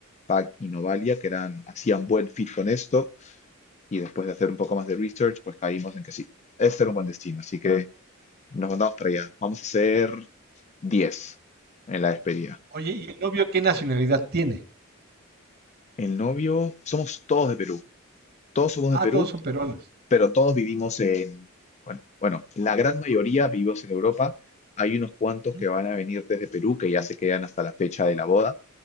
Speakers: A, on the left (about 35°); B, on the right (about 50°).
A: Pag y Novalia que eran, hacían buen fit con esto. Y después de hacer un poco más de research, pues caímos en que sí, este era un buen destino. Así que nos mandamos para allá. Vamos a hacer 10 en la despedida.
B: Oye, ¿y el novio qué nacionalidad tiene?
A: El novio, somos todos de Perú. Todos somos
B: Ah,
A: de Perú
B: todos son peruanos.
A: pero todos vivimos en, bueno, bueno, la gran mayoría vivimos en Europa. Hay unos cuantos
B: Ujú,
A: que van a venir desde Perú, que ya se quedan hasta la fecha de la boda,